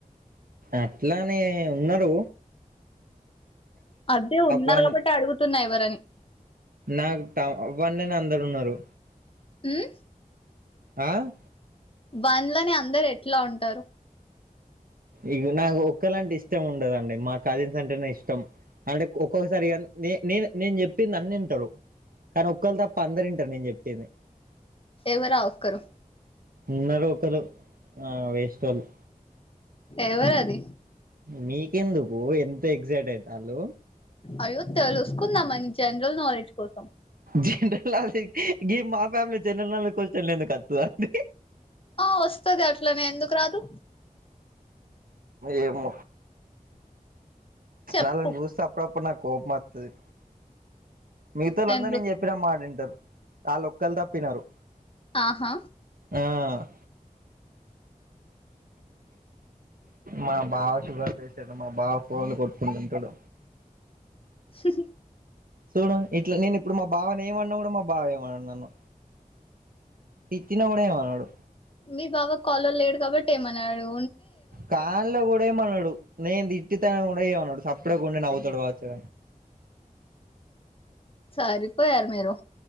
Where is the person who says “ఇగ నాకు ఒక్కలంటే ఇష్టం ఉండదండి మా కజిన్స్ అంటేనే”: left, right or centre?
Right